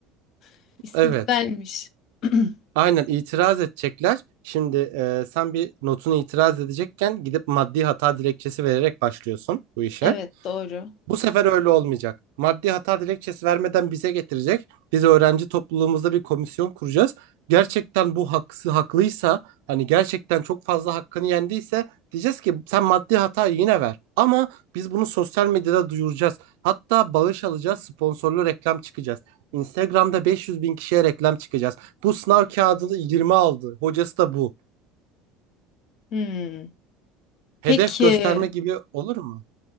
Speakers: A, on the left; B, on the right.
A: <laughs> İsmi
B: Evet.
A: güzelmiş. <clears throat>
B: Aynen itiraz edecekler. Şimdi e, sen bir notunu itiraz edecekken gidip maddi hata dilekçesi vererek başlıyorsun bu işe.
A: Evet doğru.
B: Bu sefer öyle olmayacak. Maddi hata dilekçesi vermeden bize getirecek. Biz öğrenci topluluğumuzda bir komisyon kuracağız. Gerçekten bu haksız haklıysa hani gerçekten çok fazla hakkını yendiyse diyeceğiz ki sen maddi hatayı yine ver. Ama biz bunu sosyal medyada duyuracağız. Hatta bağış alacağız, sponsorlu reklam çıkacağız. Instagram'da 500 bin kişiye reklam çıkacağız. Bu sınav kağıdını 20 aldı. Hocası da bu.
A: Hmm.
B: Hedef
A: Peki.
B: gösterme gibi olur mu?